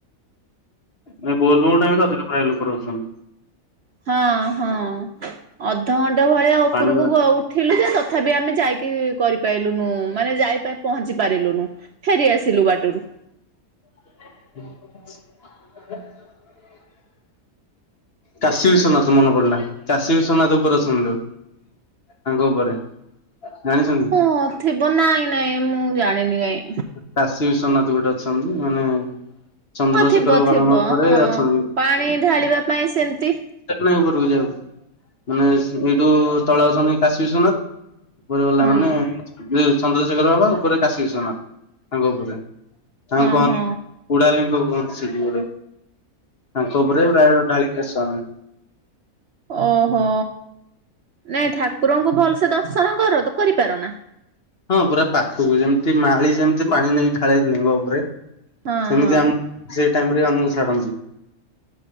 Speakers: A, on the left; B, on the right.
A: ନାଇଁ ବୋଲବମ୍ ଟାଇମ୍ ରେ ଅଧିକ ପ୍ରାୟ ଲୋକ ରହୁଛନ୍ତି।
B: ହଁ ହଁ ଅଧଘଣ୍ଟେ ଭଳିଆ ଓପୁରୁକୁ
A: ପାଣି
B: ଗ ଉଠିଲୁ ଯେ ତଥାପି ଆମେ ଯାଇକି କରିପାଇଲୁନୁ ମାନେ ଯାଇ ପାଇଁ ପହଞ୍ଚି ପାରିଲୁନୁ ଫେରି ଆସିଲୁ ବାଟୁରୁ।
A: <inaudible> କାଶୀ ବିଶ୍ଵନାଥ ମନେ ପଡ଼ିଲା କାଶୀ ବିଶ୍ଵନାଥ ଓପରେ ଅଛନ୍ତି ଯୋଉ। ତାଙ୍କ ଉପରେ। ଜାଣିଛନି
B: ହଁ ଥିବ ନାଇଁ ନାଇଁ ମୁଁ ଜାଣିନି କାଇଁ
A: କାଶୀ ବିସ୍ଵନା ଗୋଟେ ଅଛନ୍ତି ମାନେ ଚନ୍ଦ୍ରଶେଖର
B: ହଁ ଥିବ
A: ବାବାଙ୍କ
B: ଥିବ
A: ଉପରେ
B: ହଁ
A: ଅଛନ୍ତି।
B: ପାଣି ଢାଳିବା ପାଇଁ ସେମତି
A: ଏ ଓପରୁକୁ ଯାଉ ମାନେସ୍ ଏଇଠୁ ତଳେ ଅଛନ୍ତି କାଶୀ ବିଶ୍ଵନାଥ। ଉପରେ ଗଲା
B: ହଁ
A: ମାନେ ଯେ ଚନ୍ଦ୍ରଶେଖର ବାବା ଉପରେ କାଶୀ କଶ୍ୱନାଥ ତାଙ୍କ ଉପରେ। ତାଙ୍କୁ
B: ହଁ
A: କହନ୍ତି
B: ହଁ
A: କୁଡ଼ାଲିଙ୍ଗ କୁହନ୍ତି ସେଇଠି ଗୋଟେ ତାଙ୍କ ଉପରେ ପ୍ରାୟ ଢାଳିକି ଆସୁ ଆମେ।
B: ଓହୋ ନାଇଁ ଠାକୁରଙ୍କୁ ଭଲ୍ ସେ ଦର୍ଶନ କର ତୁ କରିପାରନା।
A: ହଁ ପୁରା ପାଖୁକୁ ଯେମତି ମାଳି ଯେମତି ପାଣି ନେଇ ଢାଳେ ଲିଙ୍ଗ ଓପରେ
B: ହଁ
A: ସେମିତି
B: ହଁ।
A: ଆମ ସେଇ ଟାଇମ୍ ରେ ଆମୁକୁ ଛାଡ଼